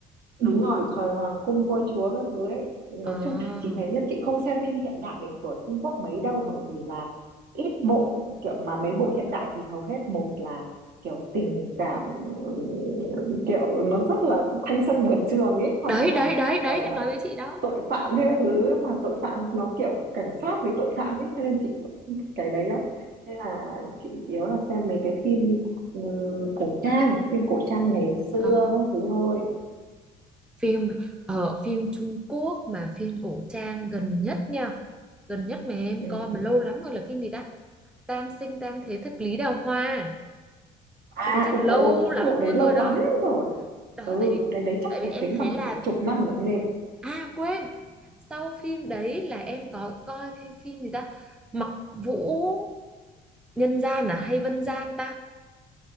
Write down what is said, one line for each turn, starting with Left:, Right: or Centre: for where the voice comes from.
Right: đúng rồi thời hoàng cung vua chúa các thứ ấy nói
Centre: À,
Right: chung chị thấy nhất chị không xem phim hiện đại của Trung Quốc mấy đâu bởi vì là ít bộ kiểu mà mấy bộ hiện đại thì hầu hết một là kiểu tình cảm ừ, kiểu nó rất là thanh xuân vườn trường ấy hoặc
Centre: đấy
Right: là
Centre: đấy đấy đấy
Right: ờ,
Centre: em nói với chị đó.
Right: tội phạm hay các thứ mà tội phạm nó kiểu cảnh sát với tội phạm ấy cho nên chị cũng không thích cái đấy lắm nên là chị chủ yếu là xem mấy cái phim ừm, cổ trang phim cổ trang ngày xưa
Centre: À,
Right: các thứ thôi
Centre: phim ở phim Trung Quốc mà phim cổ trang gần nhất nha, gần nhất mà em
Right: ừ.
Centre: coi mà lâu lắm rồi là phim gì ta? Tam sinh tam thế thập lý đào hoa.
Right: à
Centre: Phim đấy chắc
Right: ôi,
Centre: À, ừ, ừ, lâu
Right: dồi ôi, cái
Centre: ừ. lắm
Right: bộ
Centre: luôn
Right: đấy lâu
Centre: rồi
Right: lắm
Centre: đó.
Right: rồi
Centre: đó
Right: ừ
Centre: tại vì
Right: cái đấy chắc
Centre: tại vì
Right: phải
Centre: em
Right: tính
Centre: thấy
Right: bằng
Centre: là
Right: chục năm nữa nên
Centre: à quên sau phim đấy là em có coi thêm phim gì ta Mặc Vũ Nhân Gian à hay Vân Gian ta